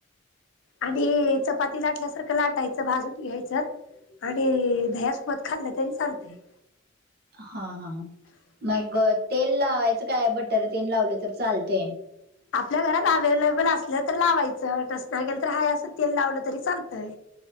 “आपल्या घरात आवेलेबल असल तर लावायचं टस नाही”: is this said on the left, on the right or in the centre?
Left